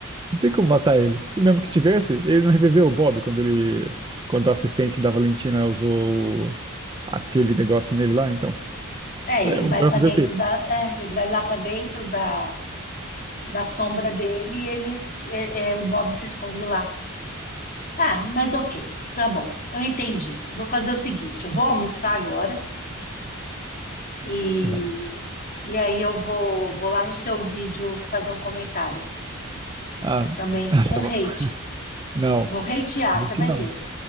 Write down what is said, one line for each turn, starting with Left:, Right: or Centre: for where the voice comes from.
Right: não tem como matar ele. E mesmo que tivesse, ele não reviveu o Bob quando ele, quando o assistente da Valentina usou aquele negócio nele lá, então.
Left: É,
Right: É,
Left: ele
Right: Você
Left: vai
Right: vai
Left: para
Right: fazer
Left: dentro
Right: o quê?
Left: da, é, ele vai lá para dentro da, da sombra dele e ele, é, é, o Bob se esconde lá. Ah, mas ok, tá bom. Eu entendi. Vou fazer o seguinte, eu vou almoçar agora e
Right: Não.
Left: e aí eu vou, vou lá no seu vídeo fazer um comentário
Right: Ah,
Left: também
Right: <laughs>
Left: com
Right: tá bom.
Left: hate.
Right: Não,
Left: Vou hatear,
Right: gente,
Left: você vai
Right: não.
Left: ver.